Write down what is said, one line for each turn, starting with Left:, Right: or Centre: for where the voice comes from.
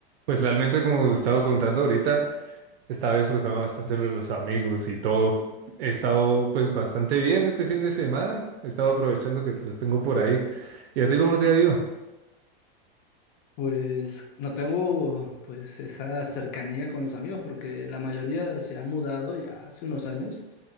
Right: Pues realmente, como te estaba contando ahorita, estaba disfrutando bastante lo de los amigos y todo. He estado pues bastante bien este fin de semana. He estado aprovechando que los tengo por ahí. ¿Y a ti cómo te ha ido?
Left: Pues no tengo pues esa cercanía con los amigos porque la mayoría se ha mudado ya hace unos años,